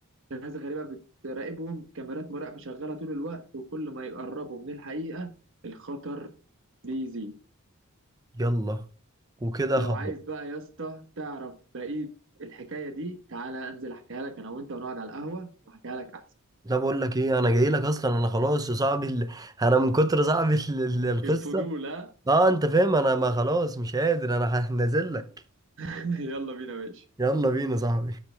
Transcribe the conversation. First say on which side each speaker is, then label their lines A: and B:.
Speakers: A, on the right; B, on the right.
A: ناس غريبة بتراقبهم كاميرات مراقبة شغالة طول الوقت وكل ما يقربوا من الحقيقة الخطر بيزيد
B: يلا وكده
A: لو
B: خلاص
A: عايز بقى يا اسطى تعرف بقية الحكاية دي تعالى أنزل أحكيها لك أنا وأنت ونقعد على القهوة وأحكيها لك أحسن
B: ده بقول لك ايه انا جاي لك اصلا انا خلاص يا صاحبي ال... انا من كتر صاحبي ال... ال- القصه
A: الفضول ها
B: اه انت فاهم انا ما خلاص مش قادر انا هنزل لك
A: <laughs> يلا بينا يا باشا
B: يلا بينا يا صاحبي